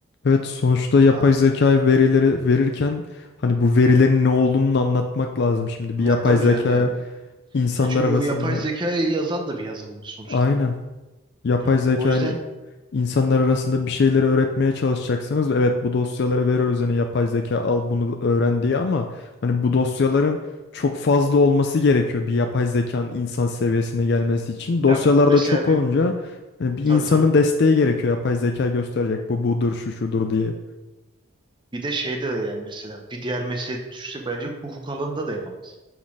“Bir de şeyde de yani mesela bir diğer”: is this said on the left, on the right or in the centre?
Right